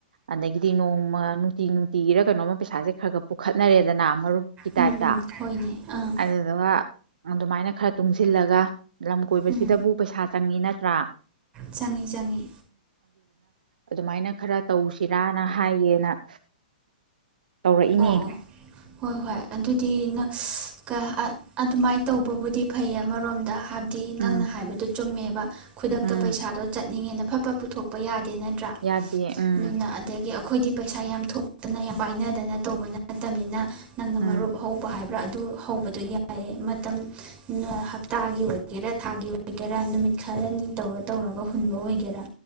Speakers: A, on the right; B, on the right.
A: ꯑꯗꯒꯤꯗꯤ ꯅꯣꯡꯃ ꯅꯨꯡꯇꯤ ꯅꯨꯡꯇꯤꯒꯤꯔ ꯀꯩ ꯀꯩꯅꯣꯝꯃ ꯄꯩꯁꯥꯖꯦ ꯈꯔꯒ ꯄꯨꯈꯠꯅꯔꯦꯗꯅ ꯃꯔꯨꯞ ꯀꯤ
B: ꯎꯝ
A: ꯇꯥꯢꯞꯇ
B: ꯎꯝ ꯍꯣꯏꯅꯦ ꯑꯥ
A: ꯑꯗꯨꯗꯨꯒ ꯑꯗꯨꯝꯃꯥꯢꯅ ꯈꯔ ꯇꯨꯡꯁꯤꯜꯂꯒ ꯂꯝ ꯀꯣꯢꯕꯁꯤꯗꯕꯨ
B: ꯎꯝ
A: ꯄꯩꯁꯥ ꯆꯪꯉꯤꯅ ꯇ꯭ꯔꯥ
B: ꯆꯪꯉꯤ ꯆꯪꯉꯤ
A: ꯑꯗꯨꯃꯥꯢꯅ ꯈꯔ ꯇꯧꯁꯤꯔꯥꯅ ꯍꯥꯏꯒꯦꯅ ꯇꯧꯔꯛꯏꯅꯦ
B: ꯑꯣꯑꯣ ꯍꯣꯢ ꯍꯣꯢ ꯑꯗꯨꯗꯤ ꯅꯪ ꯏꯁ ꯀ ꯑꯛ ꯑꯗꯨꯃꯥꯢ ꯇꯩꯕꯕꯨꯗꯤ ꯐꯩ ꯑꯃꯔꯣꯝꯗ ꯍꯥꯏ ꯗꯤ
A: ꯎꯝ
B: ꯅꯪꯅ ꯍꯥꯢꯕꯗꯨ ꯆꯨꯝꯃꯦ ꯈꯨꯗꯛꯇ
A: ꯎꯝ
B: ꯄꯩꯁꯥꯗꯣ ꯆꯠ ꯅꯤꯉꯦꯅ ꯐꯠ-ꯐꯠ ꯄꯨꯊꯣꯛꯄ ꯌꯥ ꯗꯦ ꯅꯠꯇꯔꯥ
A: ꯌꯥꯗꯦ ꯎꯝ
B: ꯃꯤꯅ ꯑꯗꯒꯤ ꯑ ꯈꯣꯏꯗꯤ ꯄꯩꯁꯥ ꯌꯥꯝ ꯊꯣꯛꯇꯅ ꯌꯥꯝ ꯄꯥꯏꯅꯗꯅ ꯇꯧꯕ ꯅꯠꯇꯝꯅꯤꯅ ꯅꯪꯅ
A: ꯎꯝ
B: ꯃꯔꯨꯞ ꯍꯧꯕ ꯍꯥꯏ ꯔ ꯑꯗꯨ ꯍꯧꯕꯗꯣ ꯌꯥꯏꯌꯦ ꯃꯇꯝ ꯅ ꯍꯞꯇꯥꯒꯤ ꯑꯣꯏꯒꯦꯔꯥ ꯊꯥꯒꯤ ꯑꯣꯏꯒꯦꯔꯥ ꯅꯨꯃꯤꯠ ꯈꯔꯅꯤ ꯇꯧꯔ ꯇꯧꯔ ꯍꯨꯟꯕ ꯑꯣꯏꯒꯦꯔꯥ